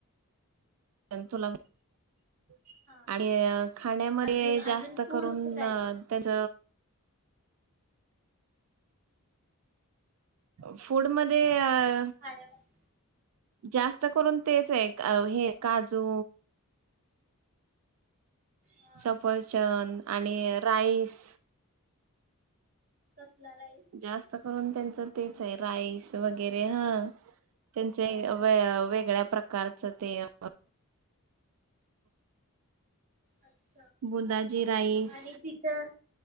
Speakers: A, on the right; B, on the right.
A: त सोलापूर
B: हा
A: आणि खाण्यामध्ये
B: अजून अजून
A: जास्त
B: फूड
A: करून
B: मध्ये काय
A: त्याच फूड मध्ये अ
B: खाण्यामध्ये
A: जास्त करून तेच आहे हे काजू
B: हा
A: सफरचंद आणि राईस
B: तसं कुठला राईस
A: जास्त करून त्याचं तेच आहे राईस वगैरे हा त्यांचे व वेगळ्या प्रकारचं ते <inaudible>
B: अच्छा
A: बुंनाजी राईस
B: आणि तिथं